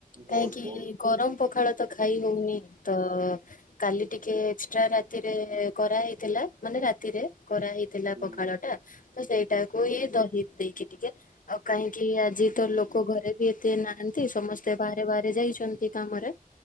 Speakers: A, on the right; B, on the left.
A: ବହୁତ
B: କାହିଁକି
A: ବହୁତ
B: ଗରମ ପଖାଳ ତ ଖାଇ ହଉନି ତ କାଲି ଟିକେ ଏକ୍ସଟ୍ରା ରାତିରେ କରାହେଇଥିଲା ମାନେ ରାତିରେ କରାହେଇ। ଥିଲା
A: ହୁଁ
B: ପଖାଳ ଟା ତ ସେଇଟାକୁ ଇ ଦହି ଦେଇକି ଟିକେ ଆଉ କାହିଁକି ଆଜି ତ ଲୋକ ଘରେ ବି ଏତେ ନାହାନ୍ତି ସମସ୍ତେ ବାହାରେ ବାହାରେ ଯାଇଛନ୍ତି କାମରେ